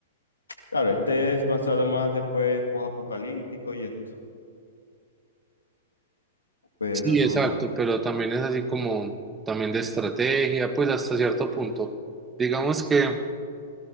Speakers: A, on the left (about 80°); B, on the right (about 15°).
A: Claro, este es basado más después post-apocalíptico y esto, pero,
B: Sí, exacto, pero también es así como también de estrategia, pues hasta cierto punto. Digamos que